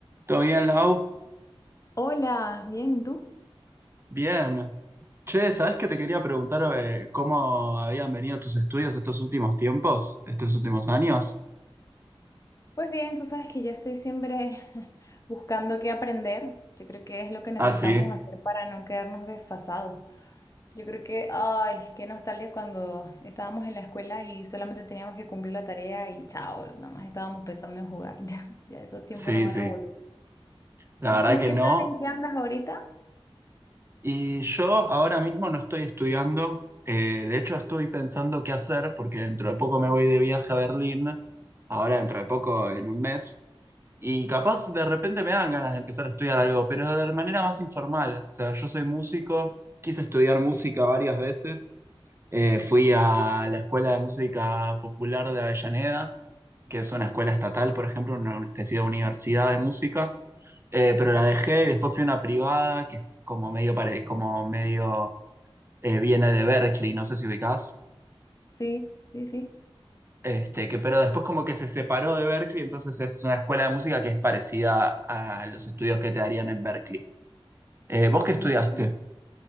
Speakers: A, on the right; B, on the left.
A: ¿Todo bien, Lau?
B: Hola, bien, ¿y tú?
A: Bien. Che, ¿sabés que te quería preguntar eh, cómo habían venido tus estudios estos últimos tiempos, estos últimos años?
B: Pues bien, tú sabes que yo estoy siempre <laughs> buscando qué aprender. Yo creo que es lo que necesitamos
A: Ah, sí,
B: hacer para no quedarnos desfasados. Yo creo que, ay, qué nostalgia cuando estábamos en la escuela y solamente teníamos que cumplir la tarea y chao, nada más estábamos pensando en jugar. <laughs> Ya, ya esos tiempos
A: sí,
B: no van
A: sí.
B: a volver.
A: La
B: ¿Y
A: verdad
B: tú
A: que
B: qué
A: no.
B: tal? ¿En qué andas ahorita?
A: Y yo ahora mismo no estoy estudiando, eh, de hecho estoy pensando qué hacer porque dentro de poco me voy de viaje a Berlín, ahora dentro de poco en un mes, y capaz de repente me dan ganas de empezar a estudiar algo, pero de manera más informal, o sea, yo soy músico, quise estudiar música varias veces, eh, fui a la Escuela de Música Popular de Avellaneda, que es una escuela estatal, por ejemplo, una especie de universidad de música. Eh, pero la dejé y después fui a una privada que es como medio, pare- como medio eh, viene de Berkeley, no sé si ubicás.
B: Sí, sí, sí.
A: Este, que, pero después como que se separó de Berkeley, entonces es una escuela de música que es parecida a los estudios que te darían en Berkeley. Eh, ¿vos qué estudiaste?
B: Bueno.